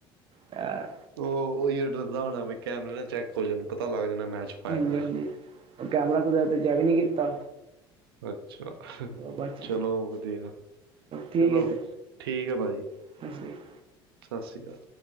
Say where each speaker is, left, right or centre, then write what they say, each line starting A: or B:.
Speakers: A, on the right (about 45°); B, on the right (about 85°).
A: ਅ
B: ਉਹ ਉਹੀ ਡਰਦਾ ਹੋਣਾ ਬਈ ਕੈਮਰੇ ਦਾ ਚੈੱਕ ਕੁ ਜਾਨ ਪਤਾ ਲੱਗ ਜਾਦਾ ਮੈ ਚ ਪਾਇਆ
A: ਹਾਂਜੀ ਹਾਂਜੀ ਕੈਮਰਾ ਕੁਦਰਤੀ ਚੈੱਕ ਨਹੀਂ ਕੀਤਾ।
B: ਅੱਛਾ
A: ਬਚ
B: ਚਲੋ
A: ਗਿਆ।
B: ਵਧੀਆ
A: ਠੀਕ
B: ਚਲੋ
A: ਹੈ ਫਿਰ
B: ਠੀਕ ਹੈ ਭਾਜੀ
A: ਸਤਿ ਸ਼੍ਰੀ ਅਕਾਲ।
B: ਸਤਿ ਸ਼੍ਰੀ ਅਕਾਲ